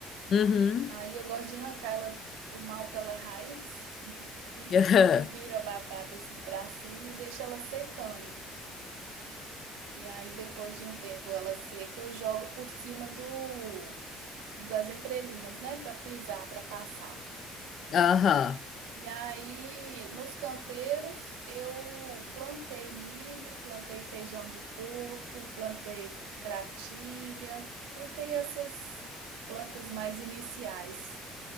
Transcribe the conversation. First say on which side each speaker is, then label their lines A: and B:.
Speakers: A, on the left (about 50°); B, on the right (about 75°).
A: Uhum.
B: Aí eu gosto de arrancar ela, o mal pela raiz <laughs> e
A: <laughs>
B: viro a batata assim para cima e deixo ela secando. E aí, depois de um tempo ela seca, eu jogo por cima do das entrelinhas, né? Para pisar, para passar.
A: Aham.
B: E aí, nos canteiros, eu plantei milho, plantei feijão de porco, plantei cratilha, plantei essas plantas mais iniciais.